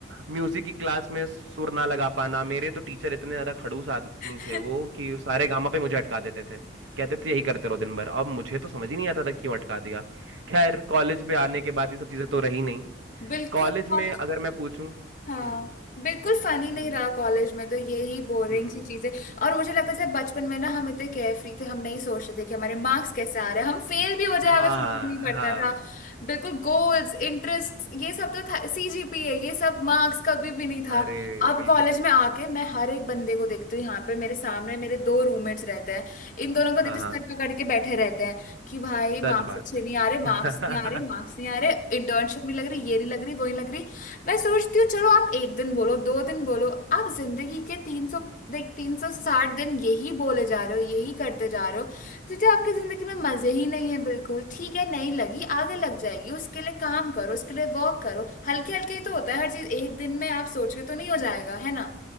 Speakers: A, on the right (about 80°); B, on the left (about 45°).
A: म्यूजिक की क्लास में सुर ना लगा पाना मेरे तो टीचर इतने ज्यादा खड़ूस आदमी
B: <laughs>
A: थे वो कि सारे गामा पे मुझे अटका देते थे कहते थे यही करते रहो दिन भर अब मुझे तो समझ ही नहीं आता था क्यों अटका दिया खैर कॉलेज पे आने के बाद ये सब चीजें तो रही नहीं
B: बिल्कुल
A: कॉलेज
B: कॉलेज
A: में अगर मैं पूछूं हम्म
B: हाँ बिल्कुल फनी नहीं
A: हम्म
B: रहा कॉलेज में तो यही बोरिंग
A: हम्म
B: सी चीजें और मुझे लगता था बचपन में ना हम इतने केयरफ्री थे हम नहीं सोचते थे कि हमारे मार्क्स कैसे आ रहे हैं हम फेल भी हो जाए
A: हाँ
B: हमें फर्क नहीं पड़ता
A: हाँ
B: था बिल्कुल गोल्स इंटरेस्ट ये सब तो था सीजीपीए ये सब मार्क्स कभी भी नहीं था
A: अरे
B: अब
A: बिल्कुल
B: कॉलेज में आके मैं हर एक बंदे को देखती हूँ यहाँ पे मेरे सामने मेरे दो रूममेट्स रहते हैं इन दोनों को देखती
A: हाँ हाँ
B: हूँ, सर पकड़ के बैठे रहते हैं कि भाई मार्क्स
A: सच बात
B: अच्छे नहीं आ रहे मार्क्स
A: <laughs>
B: नहीं आ रहे मार्क्स नहीं आ रहे इंटर्नशिप नहीं लग रही ये नहीं लग रही वो नहीं लग रही मैं सोचती हूँ चलो आप एक दिन बोलो दो दिन बोलो आप जिंदगी के तीन सौ देख तीन सौ साठ दिन यही बोले जा रहे हो यही करते जा रहे हो सीधे आपकी जिंदगी में मजे ही नहीं है बिल्कुल ठीक है नहीं लगी आगे लग जाएगी उसके लिए काम करो उसके लिए वर्क करो हल्के हल्के ही तो होता है हर चीज एक दिन में आप सोच के तो नहीं हो जाएगा है ना